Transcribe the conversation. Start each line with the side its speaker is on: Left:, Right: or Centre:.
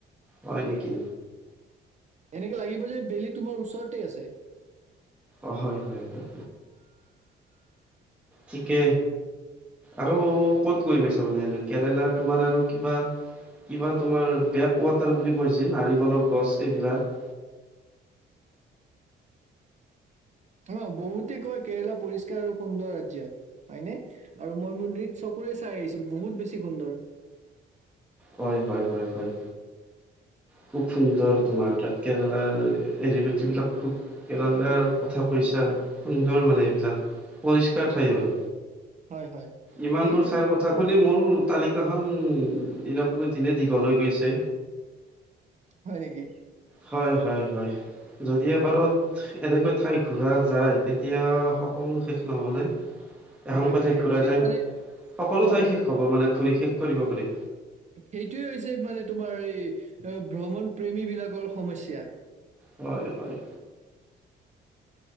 Centre: হয় নেকি
Right: এনেকে লাগিব যে বেলি তোমাৰ ওচৰতে আছে
Centre: অ', হয়, হয়, হয় ঠিকে আৰু ক'ত গৈ পাইছা মানে কেৰেলাত তোমাৰ আৰু কিবা কিবা তোমাৰ বেক ৱাটাৰ বুলি কৈছে নাৰিকলৰ গছ এইবিলাক
Right: অ', বহুতে কয় কেৰেলা পৰিষ্কাৰ আৰু সুন্দৰ ৰাজ্য হয়নে আৰু মই মোৰ নিজ ফুৰি চাই আহিছো বহুত বেছি সুন্দৰ
Centre: হয়, হয়, হয়, হয়। খুব সুন্দৰ তোমাৰ তাত কেৰেলাৰ এৰি বাতি বিলাক খুব কেৰেলাৰ কথা কৈছা সুন্দৰ মানে এইবিলাক। পৰিষ্কাৰ ঠাই হয়,
Right: হয় হয়
Centre: ইমানবোৰ
Right: এইটো
Centre: ঠাইৰ কথা
Right: তোমাৰ
Centre: শুনি মোৰ তালিকাখন দিনক লৈ দিনে দীঘলৈ গৈছে।
Right: হয় নেকি?
Centre: হয়, হয়, হয়, যদি এবাৰত এনেকৈ ঠাই ঘুৰা যায় তেতিয়া কণো শেষ নহ'বনে? এখনকৈ
Right: হয় হয়
Centre: ঠাই
Right: এইটোৱে
Centre: ঘুৰা যায়
Right: মানে
Centre: সকলো
Right: অ
Centre: ঠাই শেষ হব মানে ঘূৰি শেষ কৰিব পাৰি
Right: সেইটোৱে হৈছে মানে তোমাৰ এই ভ্ৰমণ প্ৰেমী বিলাকৰ সমস্যা।
Centre: হয়, হয়